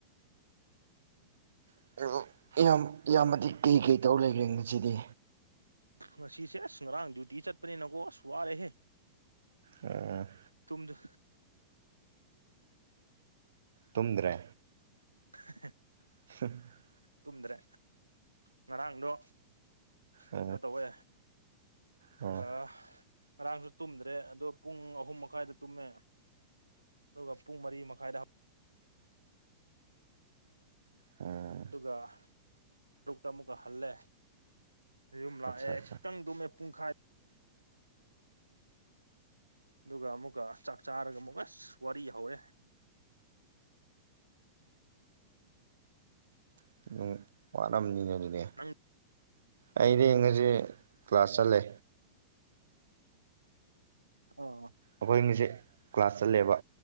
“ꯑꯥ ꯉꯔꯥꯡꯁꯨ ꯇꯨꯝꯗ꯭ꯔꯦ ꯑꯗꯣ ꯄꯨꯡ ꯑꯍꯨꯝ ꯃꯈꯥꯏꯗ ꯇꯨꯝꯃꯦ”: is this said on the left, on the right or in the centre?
Right